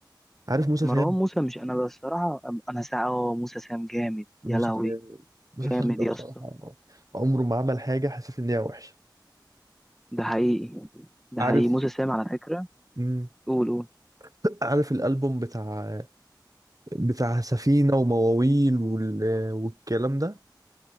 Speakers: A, on the right; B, in the centre.
A: عارف موسى
B: مروان
A: سام
B: موسى مش انا بصراحه انا ساعه اه موسى سام جامد
A: موسى
B: يا لهوي
A: سام موسى سام
B: جامد
A: ده
B: يا
A: بصراحة
B: اسطى
A: عمره ما عمل حاجة حسيت إن هي وحشة
B: ده حقيقي ده
A: عارف
B: حقيقي موسى سام على فكره
A: مم،
B: قول قول
A: <laughs> عارف الألبوم بتاع بتاع سفينة ومواويل وال... آه، والكلام ده